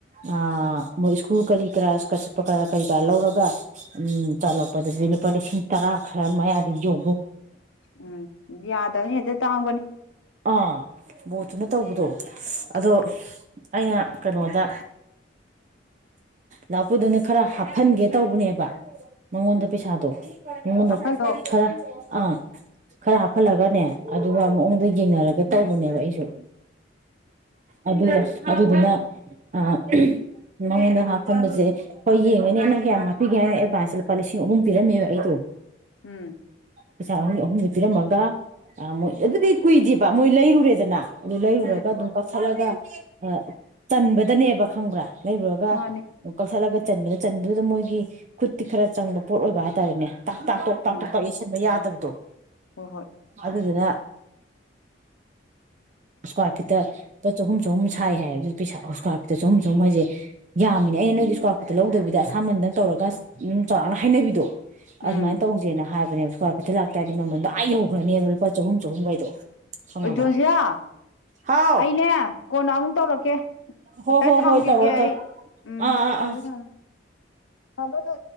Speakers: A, on the right; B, on the left.
A: ꯑꯥ ꯃꯣꯏ ꯁ꯭ꯀꯨꯜ ꯀꯔꯤ ꯀꯔꯥ ꯁ꯭ꯀꯥꯠ ꯆꯠꯄ ꯀꯥ ꯀꯔꯤ ꯀꯔꯥ ꯂꯧꯔꯒ ꯎꯝ ꯆꯥꯂꯛꯄ ꯑꯗꯨꯗꯤ ꯂꯨꯄꯥ ꯂꯤꯁꯤꯡ ꯇꯔꯥ ꯈꯔ ꯃꯌꯥꯗꯤ ꯌꯧ
B: ꯎꯝ ꯌꯥꯗꯕꯅꯤ ꯍꯦꯛꯇ ꯇꯥꯡꯕꯅꯤ
A: ꯑꯥ ꯕꯣꯠꯇꯨꯅ ꯇꯧꯕꯗꯣ ꯁꯁ ꯑꯗꯣ
B: ꯎꯝ
A: ꯑꯩꯅ ꯀꯩꯅꯣꯗ ꯂꯥ ꯄꯨꯗꯨꯅ ꯈꯔ ꯍꯥꯞꯐꯟꯒꯦ ꯇꯧꯕꯅꯦꯕ ꯃꯉꯣꯟꯗ
B: ꯎꯝ
A: ꯄꯩꯁꯥꯗꯣ ꯃꯉꯣꯟꯗ
B: ꯍꯥꯞꯐꯜꯂꯣ
A: ꯈꯔ ꯑꯥ ꯈꯔ ꯍꯥꯞꯐꯜꯂꯒꯅꯦ ꯑꯗꯨꯒ ꯃꯑꯣꯡꯗꯣ ꯌꯦꯡꯅꯔꯒ ꯇꯧꯕꯅꯦꯕ ꯑꯩꯁꯨ ꯑꯗꯨꯒ ꯑꯗꯨꯗꯨꯅ ꯑꯥ ꯑꯥ ꯎꯝ ꯅꯪꯉꯣꯟꯗ ꯍꯥꯞꯐꯟꯕꯖꯦ ꯍꯣꯏ ꯌꯦꯡꯉꯅꯤ ꯅꯪ ꯀꯌꯥꯝ ꯍꯥꯞꯄꯤꯒꯦ ꯍꯥꯏꯅꯣ ꯑꯦꯗꯚꯥꯟꯁꯦ ꯂꯨꯄꯥ ꯂꯤꯁꯤꯡ ꯑꯍꯨꯝ ꯄꯤꯔꯝꯃꯦꯕ ꯑꯩꯗꯣ
B: ꯎꯝ
A: ꯄꯩꯁꯥ ꯑꯍꯨꯝꯒꯤ ꯑꯍꯨꯝꯖꯦ ꯊꯤꯔꯝꯃꯒ ꯑ ꯃꯣꯏ ꯑꯗꯨꯗꯤ ꯀꯨꯏꯗꯦꯕ ꯃꯣꯏ ꯂꯩꯔꯨꯔꯦꯗꯅ ꯑꯗꯨ ꯂꯩꯔꯨꯔꯒ
B: ꯎꯝ
A: ꯑꯗꯨꯝ ꯀꯛꯊꯠꯂꯒ ꯑ ꯆꯟꯕꯗꯅꯦꯕ ꯈꯪꯕ꯭ꯔꯥ ꯂꯩꯕꯒ
B: ꯃꯥꯅꯦ
A: ꯀꯜꯁꯂꯒ ꯆꯟꯕꯗ ꯆꯟꯕꯗꯨꯗ ꯃꯣꯏꯒꯤ ꯈꯨ ꯈꯔ ꯆꯪꯕ ꯄꯣꯠ ꯑꯣꯏꯕ ꯍꯥꯏꯇꯥꯔꯦꯅꯦ ꯇꯥꯛ ꯇꯥꯛ ꯇ ꯇꯥꯛ
B: ꯎꯝ
A: ꯇꯣ ꯄꯥꯛ ꯌꯦꯁꯤꯟꯕ ꯌꯥꯗꯕꯗꯣ
B: ꯍꯣꯏ ꯍꯣꯏ
A: ꯑꯗꯨꯗꯨꯅ ꯁꯀꯋꯥꯔꯐꯗ ꯆꯍꯨꯝ ꯁꯨꯝ ꯁꯥꯏ ꯍꯥꯏꯕ ꯄꯩꯁꯥ ꯏꯁꯀ꯭ꯋꯥꯔ ꯐꯤꯠꯇ ꯁꯨꯝ ꯁꯨꯝ ꯍꯥꯏꯁꯦ ꯌꯥꯝꯃꯤꯅꯦ ꯑꯩꯅ ꯅꯣꯏꯒꯤ ꯏꯁꯀ꯭ꯋꯥꯔ ꯐꯤꯠꯇ ꯂꯧꯗꯕꯤꯗ ꯑꯁꯥꯝꯕꯟꯗꯪ ꯇꯧꯔꯒ ꯆꯥꯎꯔꯥꯛꯅ ꯍꯥꯏꯩꯅꯕꯤꯗꯣ
B: ꯎꯝ
A: ꯑꯗꯨꯃꯥꯏꯅ ꯇꯧꯁꯦꯅ ꯍꯥꯏꯕꯅꯦꯕ ꯏꯁꯀ꯭ꯋꯥꯔ ꯐꯤꯠꯇ ꯂꯥꯛꯇꯥꯔꯗꯤ ꯃꯃꯜꯗꯣ ꯑꯩ ꯌ ꯍꯧꯈ꯭ꯔꯅꯦꯕ ꯂꯨꯄꯥ ꯆꯍꯨꯝ ꯆꯍꯨꯝꯈꯩꯗꯣ ꯈꯪꯉꯕ
B: ꯑꯣꯖꯁꯤꯌꯥ
A: ꯍꯥꯎ
B: ꯑꯩꯅꯦ ꯀꯣꯟꯅ ꯑꯃꯨꯛ ꯇꯧꯔꯛꯦ ꯀꯦ
A: ꯍꯣ
B: ꯑꯇꯪ
A: ꯍꯣ
B: ꯊꯝꯈꯤꯒꯦ
A: ꯍꯣꯏ ꯇꯧꯔꯣ ꯇꯧꯔꯣ
B: ꯑꯩ ꯎꯝ
A: ꯑꯥ ꯑꯥ
B: ꯊꯝꯃꯣꯏ
A: ꯑꯥ
B: ꯊꯝꯃꯣ ꯍꯃꯣ ꯊ